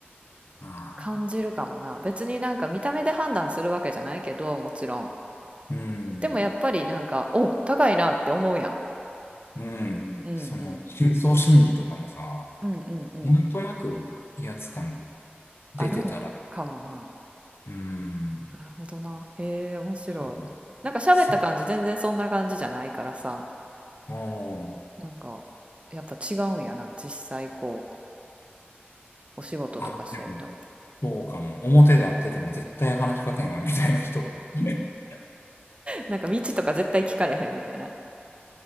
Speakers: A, on the left; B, on the right.
A: ああ、
B: 感じるかもな。別になんか見た目で判断するわけじゃないけど、もちろん。
A: うん。
B: でもやっぱりなんか、お、高いなって思うやん。
A: うん、
B: うんうん。
A: その、深層心理とかもさ、
B: うんうんうん。
A: なんとなく威圧感出てたら、
B: あるんかもな。
A: うん、
B: なるほどな。へえ、面白い。
A: そう、
B: なんか喋った感じ全然そんな感じじゃないからさ。
A: そう、もう
B: なんか、やっぱ違うんやな。実際こう、お仕事とかしてると。
A: あ、でも、そうかも。表で会ってても絶対話しかけんわ、
B: うん。
A: みたいな人が。<laughs>
B: なんか道とか絶対聞かれへんみたいな。